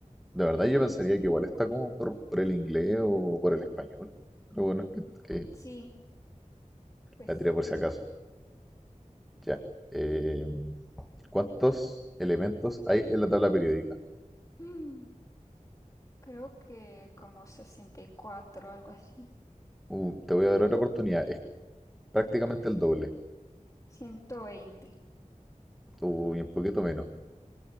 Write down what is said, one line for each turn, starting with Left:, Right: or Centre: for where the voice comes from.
Centre: De verdad yo pensaría que igual está como por, por el inglés o por el español. Pero bueno, que, que
Left: Sí, pues
Centre: la tiré por si acaso. Ya. Eh, ¿cuántos elementos hay en la tabla periódica?
Left: mm, creo que como 64, algo así.
Centre: Uh, te voy a dar otra oportunidad. Es prácticamente el doble.
Left: 120
Centre: Uy, un poquito menos.